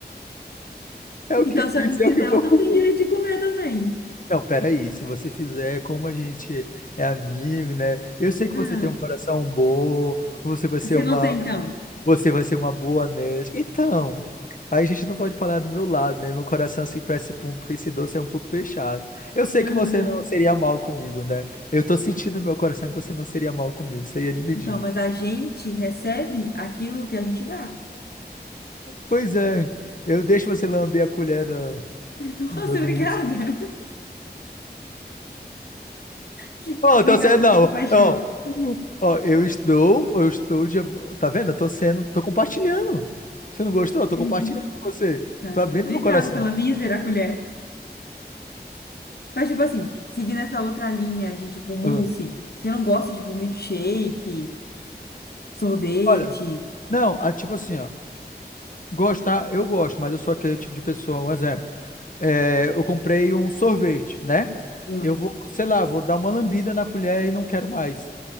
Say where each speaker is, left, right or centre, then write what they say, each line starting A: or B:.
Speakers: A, on the left; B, on the left.
A: é o que
B: Então,
A: fiz,
B: se alguém quiser,
A: é o que vou
B: eu também
A: comer.
B: tenho direito de comer também.
A: Não, peraí, se você fizer como a gente é amigo, né? Eu sei que
B: Ah.
A: você tem um coração bom, você vai ser
B: E você
A: uma,
B: não tem, então?
A: você vai ser uma boa médica. Então, aí a gente não pode falar do meu lado, né? Meu coração assim para esse, pum- pra esse doce é um pouco fechado. Eu sei
B: Aham.
A: que você não seria mal comigo, né? Eu tô sentindo no meu coração que você não seria mal comigo, você ia dividir.
B: Então, mas a gente recebe aquilo que a gente dá.
A: Pois é, eu deixo você lamber a colher da-
B: <laughs>
A: do,
B: Nossa,
A: do,
B: obrigada. Que...
A: Bom,
B: Obrigada
A: então você não.
B: pela compaixão.
A: Ó, ó, eu estou, eu estou de. ab- Tá vendo? Eu tô sendo, tô compartilhando. Você não gostou? Eu tô
B: Entendi.
A: compartilhando com você.
B: Ah,
A: Tô abrindo
B: Obrigada
A: meu coração.
B: pela mísera colher. Mas, tipo assim, seguindo essa outra linha de, tipo, mousse,
A: Ah.
B: você não gosta de, tipo, milkshake, sorvete?
A: Olha, não, ah, tipo assim, ó. Gostar, eu gosto, mas eu sou aquele tipo de pessoa. Um exemplo. É, eu comprei um sorvete, né?
B: Não.
A: Eu vou, sei lá, vou dar uma lambida na colher e não quero mais.